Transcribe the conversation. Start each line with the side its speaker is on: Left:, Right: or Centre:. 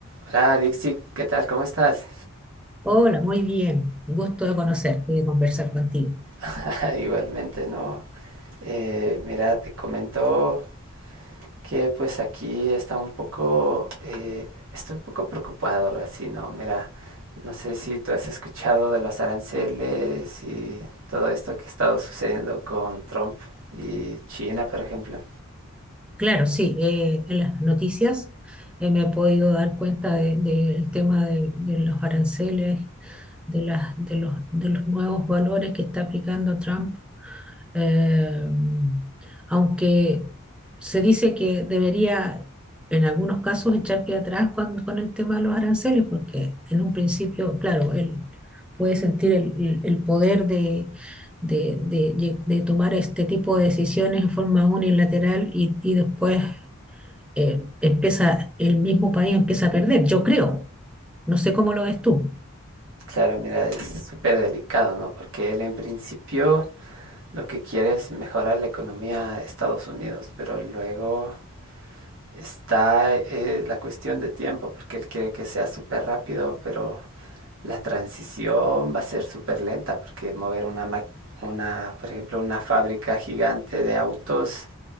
Right: Hola Dixie, ¿qué tal? ¿Cómo estás?
Centre: Hola, muy bien. Un gusto de conocerte y de conversar contigo.
Right: <laughs> Igualmente, ¿no? Eh, mira, te comento que pues aquí está un poco, eh, estoy un poco preocupado, algo así, ¿no? Mira, no sé si tú has escuchado de los aranceles y todo esto que ha estado sucediendo con Trump y China, por ejemplo.
Centre: Claro, sí, eh, en las noticias eh, me he podido dar cuenta de- del tema de, de los aranceles, de, las, de, los, de los nuevos valores que está aplicando Trump eh, aunque se dice que debería en algunos casos echar pie atrás con, con el tema de los aranceles, porque en un principio, claro, él puede sentir el, el- poder de, de- de de tomar este tipo de decisiones en forma unilateral y, y después eh, empieza, el mismo país empieza a perder, yo creo. No sé cómo lo ves tú.
Right: Claro, mira, es súper delicado, ¿no? Porque él en principio lo que quiere es mejorar la economía de Estados Unidos, pero luego está eh, la cuestión de tiempo, porque él quiere que sea súper rápido, pero la transición va a ser súper lenta, porque mover una, una, por ejemplo, una fábrica gigante de autos